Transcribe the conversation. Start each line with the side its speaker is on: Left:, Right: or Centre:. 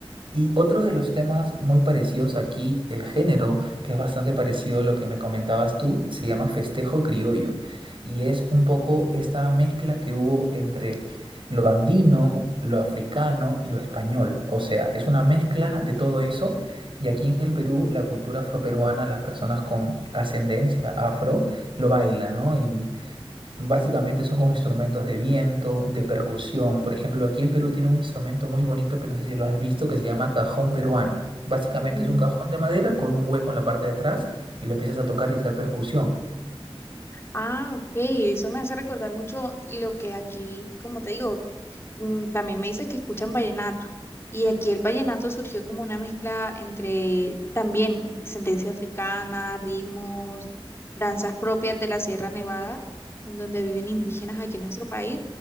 Right: Y otro de los temas muy parecidos aquí del género, que es bastante parecido a lo que me comentabas tú, se llama festejo criollo. Y es un poco esta mezcla que hubo entre lo andino, lo africano y lo español. O sea, es una mezcla de todo eso. Y aquí en el Perú, la cultura afroperuana, las personas con ascendencia afro lo bailan, ¿no? Y Básicamente son con instrumentos de viento, de percusión. Por ejemplo, aquí el Perú tiene un instrumento muy bonito que no sé si lo has visto, que se llama cajón peruano. Básicamente
Left: Mm.
Right: es un cajón de madera con un hueco en la parte de atrás y lo empiezas a tocar y hacer percusión.
Left: Ah, ok, eso me hace recordar mucho lo que aquí, como te digo, mm, también me dices que escuchan vallenato. Y aquí el vallenato surgió como una mezcla entre también sentencia africana, ritmos, danzas propias de la Sierra Nevada, en donde viven indígenas aquí en nuestro país.